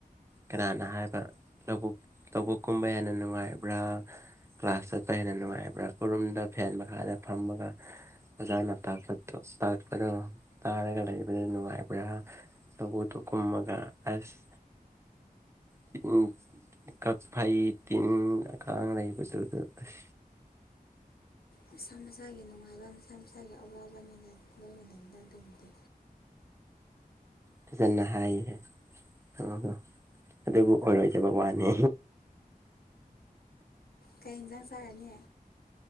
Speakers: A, on the right; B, on the left.
A: ꯀꯅꯥꯅ ꯍꯥꯏꯕ ꯂꯧꯕꯛ ꯂꯧꯕꯨꯛꯀꯨꯝꯕ ꯍꯦꯟꯅ ꯅꯨꯡꯉꯥꯏꯕ꯭ꯔꯥ ꯀ꯭ꯂꯥꯁ ꯆꯠꯄ ꯍꯦꯟꯅ ꯅꯨꯡꯉꯥꯏꯕ꯭ꯔꯥ ꯎꯔꯨꯝꯗ ꯐꯦꯟ ꯃꯈꯥꯗ ꯐꯝꯃꯒ ꯑꯣꯖꯥꯅ ꯇꯥꯛꯄꯇꯣ ꯇꯥꯛꯄꯗꯣ ꯇꯥꯔꯒ ꯂꯩꯕꯗꯣ ꯅꯨꯡꯉꯥꯏꯕ꯭ꯔꯥ ꯂꯧꯕꯨꯛꯇ ꯀꯨꯝꯃꯒ ꯑꯁ ꯇꯤꯟ ꯀꯥꯛꯐꯩ ꯇꯤꯟ ꯀꯥꯡ ꯂꯩꯕꯗꯨꯗ ꯑꯁ
B: ꯃꯁꯥ ꯃꯁꯥꯒꯤ ꯅꯨꯡꯉꯥꯏꯕ ꯃꯁꯥ ꯃꯁꯥꯒꯤ ꯑꯋꯥꯕꯅꯤꯅ ꯂꯣꯏꯅ ꯂꯩꯗ ꯑꯗꯨꯕꯨꯗꯤ
A: ꯐꯖꯅ ꯍꯥꯏꯔꯦ <unintelligible> ꯑꯗꯨꯕꯨ ꯑꯣꯏꯔꯣꯏꯗꯕ ꯋꯥꯅꯦ
B: ꯀꯩ ꯏꯟꯖꯥꯡ ꯆꯥꯔꯅꯤ